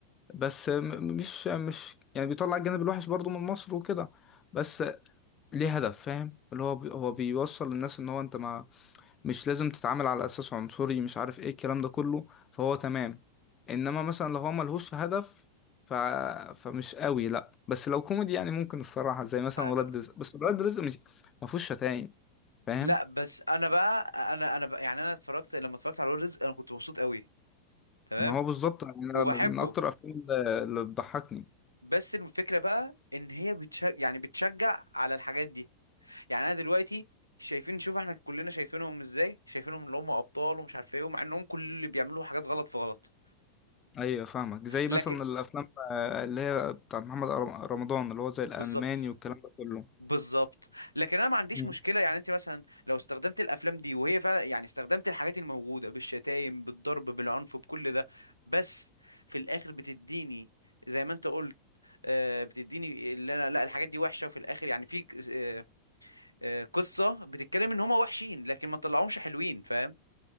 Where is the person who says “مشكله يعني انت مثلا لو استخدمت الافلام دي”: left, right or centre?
Right